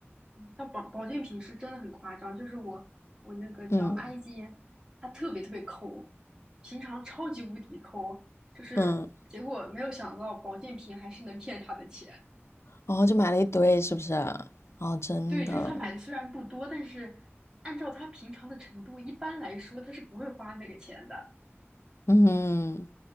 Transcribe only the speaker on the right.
到保保健品是真的很夸张，就是我我那个叫埃及，
他特别特别抠，平常超级无敌抠，就是结果没有想到保健品还是能骗他的钱。
对，就是他买的虽然不多，但是按照他平常的程度，一般来说他是不会花那个钱的，